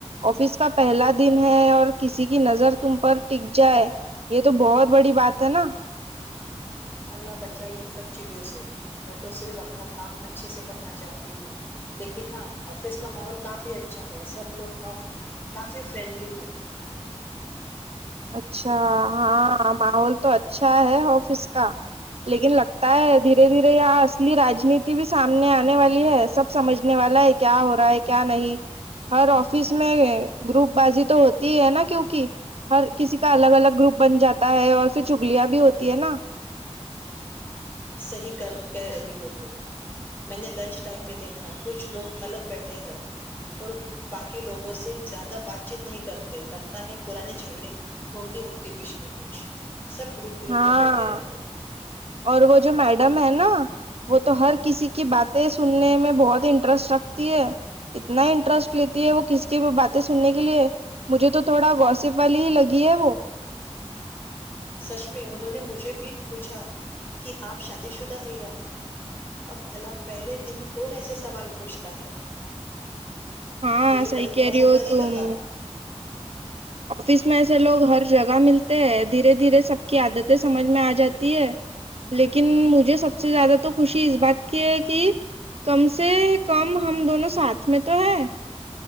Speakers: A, on the right (about 60°); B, on the left (about 20°).
A: آفس کا پہلا دن ہے اور کسی کی نظر تم پر ٹک جائے یہ تو بہت بڑی بات ہے نا
B: اللہ بچائی ان سب چیزوں سے میں تو صرف اپنا کام اچھے سے کرنا چاہتی ہوں لیکن ہاں آفس کا ماحول کافی اچھا ہے سب لوگ کافی کافی فرینڈلی ہے
A: اچھا ہاں ماحول تو اچھا ہے آفس کا لیکن لگتا ہے دھیرے دھیرے یہاں اصلی رانیتی بھی سامنے آنے والی ہے سب سمجھنے والا ہے کیا ہو رہا ہے کیا نہیں ہر آفس میں گروپ بازی تو ہوتی ہی ہے نا کیوںکہ ہر کسی کا الگ الگ گروپ بن جاتا ہے اور پھر چگلیاں بھی ہوتی ہے نا
B: صحیح کر کہہ رہی ہو تم میں نے لنچ ٹائم میں دیکھا کچھ لوگ الگ بیٹھے ہیں اور باقی لوگوں سے زیادہ بات چیت نہیں کرتے لگتا ہے پرانے جھگڑے ہوں گے ان کے بیچ میں کچھ سب گروپ گروپ
A: ہاں
B: میں بیٹھے رہتے ہیں
A: اور وہ جو ہے نا وہ تو ہر کسی کی باتیں سننے میں بہت انٹرسٹ رکھتی ہے اتنا انٹرسٹ لیتی ہے وہ کس کی باتیں سننے کے لیے مجھے تو تھوڑا گوسیپ والی ہی لگی ہے وہ
B: سچ میں انہوں نے مجھے بھی پوچھا کہ آپ شادی شدہ ہے یا نہیں اب بھلا پہلے دن کون ایسے سوال پوچھتا ہے
A: ہاں
B: مجھے
A: صحیح
B: پہلے تھوڑا
A: کہہ رہی
B: سا
A: ہو
B: ڈر ہی
A: تم
B: لگا تھا
A: آفس میں ایسے لوگ ہر جگہ ملتے دھیرے دھیرے سب کی عادتیں سمجھ میں آ جاتی ہے لیکن مجھے سب سے زیادہ تو خوشی اس بات کی ہے کہ کم سے کم ہم دونوں ساتھ میں تو ہے